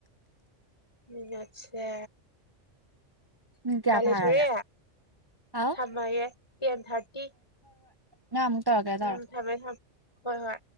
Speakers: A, on the left (about 25°); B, on the right (about 35°).
A: ꯃꯤꯅꯠꯁꯦ
B: ꯃꯤꯅꯤꯠ ꯀꯌꯥ
A: ꯃꯂꯦꯁꯣꯔꯤ
B: ꯐꯥꯔꯒꯦ ꯑ
A: ꯊꯞꯃꯒꯦ ꯇꯦꯟ ꯊꯥꯔꯇꯤ
B: ꯅ ꯑꯃꯨꯛ ꯇꯧꯔꯀꯦ ꯇꯧꯔꯛ
A: ꯎꯝ ꯊꯝꯃꯦ ꯊꯝꯃꯦ ꯍꯣꯏ ꯍꯣꯏ